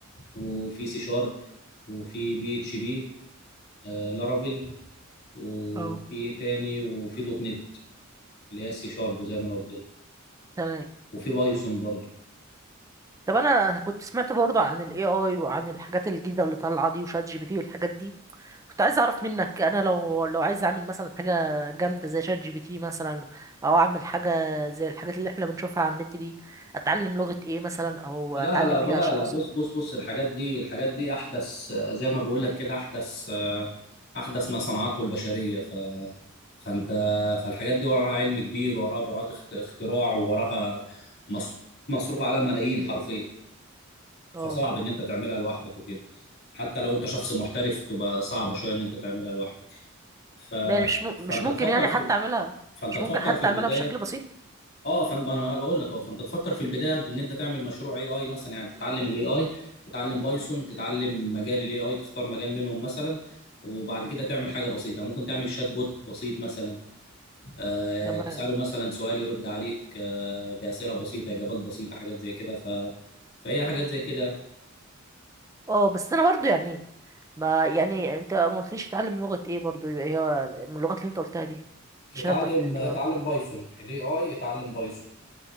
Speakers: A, on the left; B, on the right.
A: وفي سي شارب وفي بي اتش بي آه لارافيل وفي
B: اه
A: ايه تاني وفي دوت نت اللي هي السي شارب وزي ما انا قلت لك
B: تمام
A: وفي بايثون برضه
B: طب انا كنت سمعت برضه عن الاي اي وعن الحاجات الجديدة اللي طالعة دي وشات جي بي تي والحاجات دي كنت عايز اعرف منك انا لو لو عايز اعمل مثلا حاجة جامدة زي شات جي بي تي مثلا او اعمل حاجة زي الحاجات اللي احنا بنشوفها على النت دي اتعلم لغة ايه مثلا او
A: لا
B: اتعلم
A: لا لا
B: ايه عشان
A: لا
B: اوصل
A: بص بص بص الحاجات دي الحاجات دي احدث آه، زي ما بقول لك كده احدث آه، احدث ما صنعته البشريه ف فانت فالحاجات دي وراها علم كبير وراها براءة اخت- اختراع وراها مص- مصروف عليها ملايين حرفيا
B: اه
A: فصعب ان انت تعملها لوحدك وكده حتى لو انت شخص محترف تبقى صعبه شويه ان انت تعملها لوحدك ف...
B: يعني مش م... مش
A: فانت
B: ممكن
A: تفكر
B: يعني
A: في
B: حتى اعملها
A: فانت
B: مش
A: تفكر
B: ممكن حتى
A: في البدايه
B: اعملها بشكل بسيط
A: اه فانا انا بقول لك اه فانت تفكر في البدايه بان انت تعمل مشروع اي اي مثلا يعني تتعلم الاي اي تتعلم بايثون تتعلم مجال الاي اي تختار مجال منهم مثلا وبعد كده تعمل حاجه بسيطه ممكن تعمل شات بوت بسيط مثلا آه
B: تمام
A: تساله مثلا سؤال يرد عليك آه باسئله بسيطه اجابات بسيطه حاجات زي كده ف فهي حاجات زي كده
B: اه بس انا برضو يعني ما يعني انت ما قلتليش تتعلم لغة ايه برضو يبقى هي من اللغات اللي انت قلتها دي عشان
A: اتعلم
B: ابدأ في ال
A: اتعلم
B: AI
A: بايثون الاي اي اتعلم بايثون